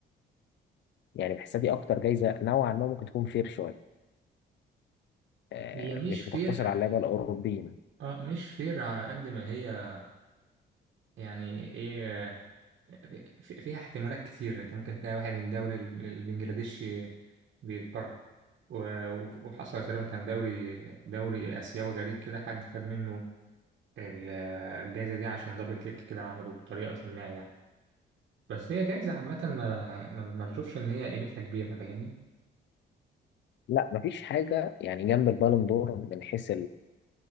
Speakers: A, on the left; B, on the right.
A: يعني بحسها دي اكتر جائزه نوعا ما ممكن تكون فير شويه آه،
B: هي مش
A: مش بتقتصر
B: فير
A: على اللعيبه الاوروبيين
B: اه مش فير على قد ما هي يعني ايه في- فيها احتمالات كتير انت ممكن تلاقي واحد من الدوري ال- البنجلاديشي بيتقرر و- وحصل تقريبا كان دوري دوري اسيوي غريب كده حد خد منه ال- الجايزه دي عشان دبل كيك كده عمله بطريقه ما يعني بس هي جايزه عامه ما ما ما بشوفش ان هي قيمتها كبيره فاهمني
A: لا مفيش حاجه يعني جنب البالون دور من حيث